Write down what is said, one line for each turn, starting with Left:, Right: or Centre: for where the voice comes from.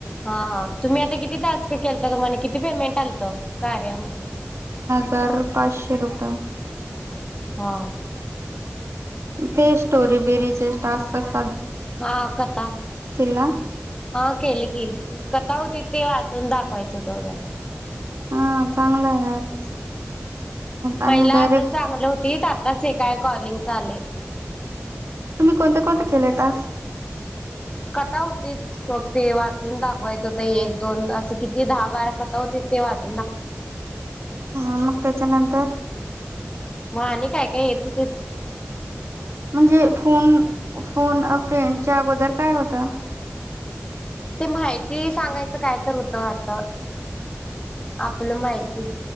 Left: हा तुम्ही आता किती टास्क केलता तुम्हाना किती पेमेंट आलत कार्या मध्ये.
Right: तर पाचशे रुपये.
Left: हा.
Right: ते स्टोरी बेरीज ते टास्क अस
Left: हा कथा
Right: ना
Left: हा केले की, कथा होती ति वाचून दाखवायचं तेवमंच.
Right: हा चांगला आहे आणि
Left: पहिला
Right: डायरेक्ट
Left: आता चांगलं होती आत्ताच हे काय कॉलिंग चालू आहे
Right: तुम्ही कोणते कोणते केले टास्क
Left: कथा होती फक्त हे वाच चून दाख वायच होत एक दोन असं किती दहा बारा कथा होती ते वाच
Right: हा मग त्याच्यानंतर
Left: मग आणि काय काय येत होतीत
Right: म्हणजे फोन फोन फ्रेंडच्या अगोदर काय होता.
Left: ते माहिती सांगायचं काय तर होतं वाटत आपलं माहिती